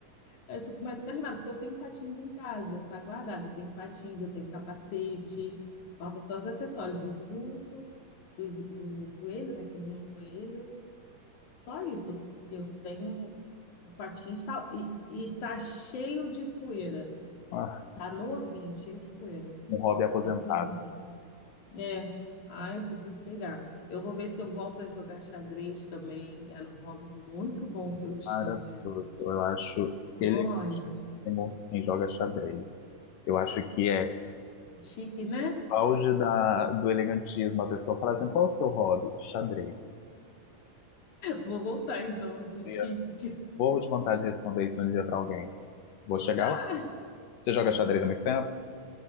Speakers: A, on the left; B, on the left.
A: Aí eu fico mais animada, porque eu tenho patins em casa, tá guardado. Eu tenho patins, eu tenho capacete, falta só os acessórios do pulso, do, jo- do joelho, né? Tem um joelho, só isso. Eu tenho o patins tá, e, e tá cheio de poeira,
B: Ah,
A: tá novinho, cheio de poeira.
B: um hobby aposentado.
A: Olha que vergonha. É, ah, eu preciso pegar. Eu vou ver se eu volto a jogar xadrez também. Era um hobby muito bom que eu tinha.
B: Para tudo. Eu acho
A: Olha,
B: elegantíssimo quem joga xadrez. Eu acho que é
A: chique, né?
B: auge da, do elegantismo. A pessoa fala assim: qual é o seu hobby? Xadrez.
A: Vou voltar então, esse
B: Dia.
A: chique.
B: Vou de vontade de responder isso um dia para alguém. Vou chegar
A: Ah,
B: lá. Você joga xadrez há muito tempo?